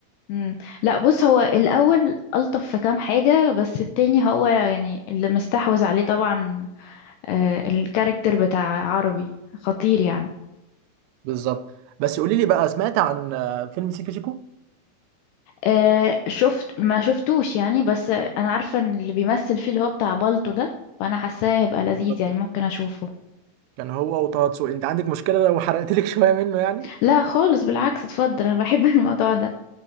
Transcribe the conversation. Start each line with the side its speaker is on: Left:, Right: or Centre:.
Left: امم لا بص هو الاول الطف في كام حاجه بس التاني هو يعني اللي مستحوذ عليه طبعا آه الكاركتر بتاع عربي خطير يعني
Right: بالظبط بس قولي لي بقى سمعت عن آه، فيلم سيكو سيكو
Left: آه شفت ما شفتوش يعني بس انا عارفه ان اللي بيمثل فيه اللي هو بتاع بالتو ده فانا حاساه هيبقى لذيذ
Right: بالظبط
Left: يعني ممكن اشوفه
Right: كان هو وطه دسوقي انت عندك مشكله لو حرقت لك <laughs> شويه منه يعني
Left: لا خالص بالعكس اتفضل انا بحب <laughs> الموضوع ده